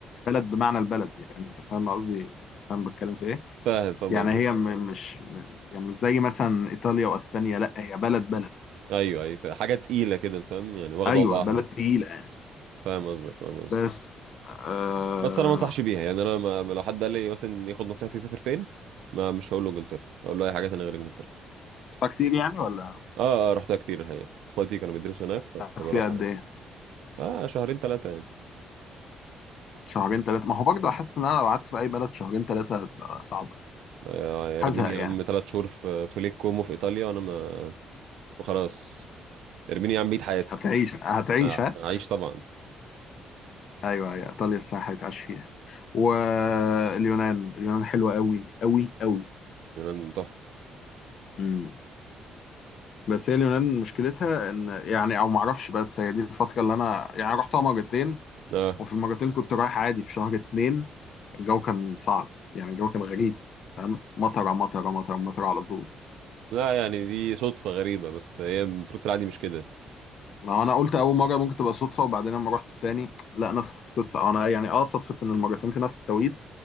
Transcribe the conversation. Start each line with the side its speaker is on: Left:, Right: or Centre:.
Left: بلد بمعنى البلد يعني انت فاهم قصدي فاهم بتكلم في ايه
Right: فاهم فاهم
Left: يعني
Right: قصدك
Left: هي م- مش م- يعني مش زي مثلا ايطاليا واسبانيا لا هي بلد بلد
Right: ايوه ايوه فاهم. حاجة تقيلة كده انت فاهم يعني واخدة
Left: ايوه
Right: وضعها
Left: بلد تقيله يعني
Right: فاهم قصدك فاهم قصدك
Left: بس آه...
Right: بس انا ما انصحش بيها يعني انا ما ما- لو حد قال لي مثلا ياخد نصيحتي يسافر فين ما مش هقول له انجلترا اقول له اي حاجة تانية غير انجلترا
Left: كتير يعني ولا
Right: اه, آه رحتها كتير الحقيقة اخواتي كانوا بيدرسوا هناك فكنت
Left: قعدت
Right: بروح
Left: فيها قد
Right: يعني
Left: ايه
Right: اه شهرين ثلاثة يعني
Left: شهرين ثلاثة ما هو برضه حاسس ان انا لو قعدت في اي بلد شهرين ثلاثة هتبقى صعبة يعني
Right: آه، ارميني
Left: هزهق
Right: يا
Left: يعني
Right: عم ثلاث شهور في في ليك كومو في ايطاليا وانا ما وخلاص ارميني يا عم بيت حياتي
Left: هتعيش هتعيش
Right: آه
Left: ها
Right: عايش طبعا
Left: ايوه ايوه ايطاليا الصراحة هيتعاش فيها واليونان اليونان حلوة قوي قوي قوي
Right: يونان تحفة
Left: امم بس هي اليونان مشكلتها ان يعني او ما اعرفش بس هي دي الفترة اللي انا يعني رحتها مرتين
Right: آه
Left: وفي المرتين كنت رايح عادي في شهر اتنين الجو كان صعب يعني الجو كان غريب فاهم مطرة مطرة مطرة مطرة على طول
Right: لا يعني دي صدفة غريبة بس هي المفروض في العادي مش كده
Left: ما هو انا قلت اول مره ممكن تبقى صدفه وبعدين لما رحت تاني لا نفس القصه انا يعني اه صدفه ان المرتين في نفس التوقيت